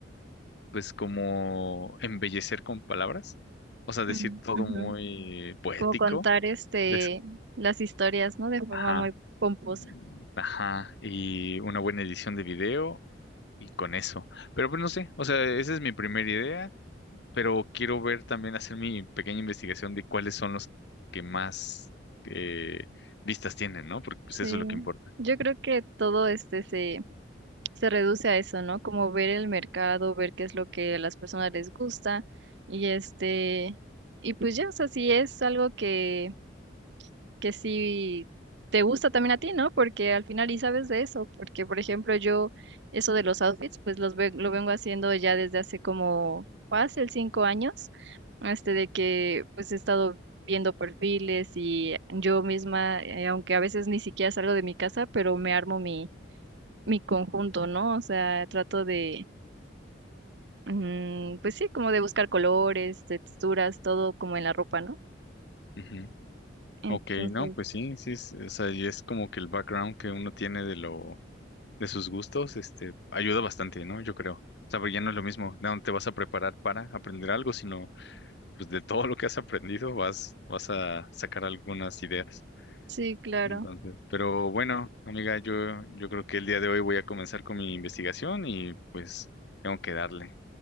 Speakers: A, on the left; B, on the right.
A: pues, como embellecer con palabras, o sea,
B: Mm,
A: decir todo
B: ujú.
A: muy poético.
B: Como contar este
A: des-
B: las historias, ¿no? De forma
A: Ajá.
B: muy pomposa.
A: mm, Ajá, y una buena edición de video y con eso. Pero pues no sé, o sea, esa es mi primera idea, pero quiero ver también, hacer mi pequeña investigación de cuáles son los que más eh, vistas tienen, ¿no? Porque pues
B: Sí,
A: eso es lo que importa.
B: yo creo que todo este se, se reduce a eso, ¿no? Como ver el mercado, ver qué es lo que a las personas les gusta y este, y pues ya, o sea, si es algo que que si te gusta también a ti, ¿no? Porque al final y sabes de eso, porque por ejemplo yo eso de los outfits, pues los ve- lo vengo haciendo ya desde hace como fácil cinco años, este de que pues he estado viendo perfiles y yo misma, eh, aunque a veces ni siquiera salgo de mi casa, pero me armo mi, mi conjunto, ¿no? O sea, trato de, mm, pues sí, como de buscar colores, texturas, todo como en la ropa, ¿no?
A: Ujú.
B: Entonces,
A: Ok, no, pues sí, sí, es, o sea, y es como que el background que uno tiene de lo, de sus gustos, este, ayuda bastante, ¿no? Yo creo. O sea, porque ya no es lo mismo, no te vas a preparar para aprender algo, sino pues de todo lo que has aprendido vas, vas a sacar algunas ideas.
B: sí, claro.
A: Entonces, pero bueno, amiga, yo, yo creo que el día de hoy voy a comenzar con mi investigación y pues tengo que darle.